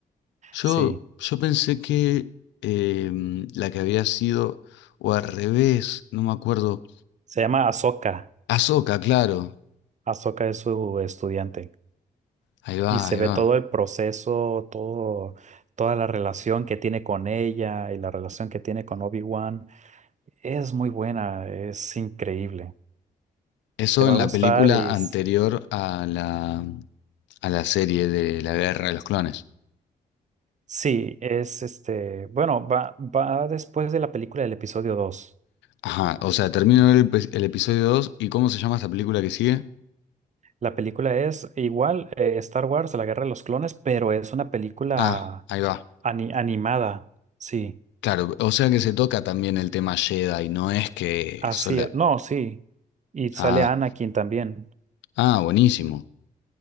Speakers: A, on the left; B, on the right.
A: Yo,
B: Sí,
A: yo pensé que em, la que había sido, o al revés, no me acuerdo.
B: se llama Ahsoka.
A: Ahsoka, claro.
B: Ahsoka es su estudiante
A: Ahí va,
B: y se
A: ahí
B: ve
A: va.
B: todo el proceso, todo, toda la relación que tiene con ella y la relación que tiene con Obi-Wan. Es muy buena, es increíble.
A: Eso
B: Te
A: en
B: va a
A: la
B: gustar
A: película
B: y s-
A: anterior a la, a la serie de la Guerra de los Clones.
B: Sí, es este, bueno, va, va después de la película del episodio 2.
A: Ajá, o sea, termino el, epi- el episodio 2 y ¿cómo se llama esta película que sigue?
B: La película es igual, eh, Star Wars, La Guerra de los Clones, pero es una película
A: Ah, ahí va.
B: ani- animada. Sí,
A: Claro, o sea que se toca también el tema Jedi, no es que
B: así
A: sola...
B: es. No, sí. Y sale
A: Ah,
B: Anakin también.
A: ah, buenísimo.